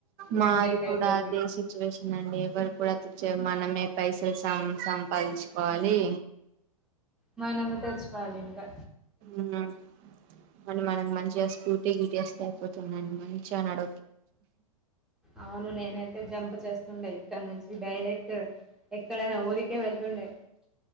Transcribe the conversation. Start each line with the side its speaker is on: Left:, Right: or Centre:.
Right: మది
Centre: హెడ్డేక్
Right: కూడా
Centre: అయితది
Right: అదే సిట్చ్యువేషన్ నండి ఎవరు కూడాతీర్చ్చ మనమే పైసలు సం సంపాదించుకోవాలి
Centre: మానమే తెచ్చువాలింకా
Right: ఉమ్ మని మనకు మంచిగా స్కూటీ గిటేస్తే అయిపోతుందండి మంచిగా నడ
Centre: అవును నీనైతే జంప్ చేస్తుండే ఇక్కనుంచి డైరెక్ట్ ఎక్కడైనా ఊరికే వెళ్తుండే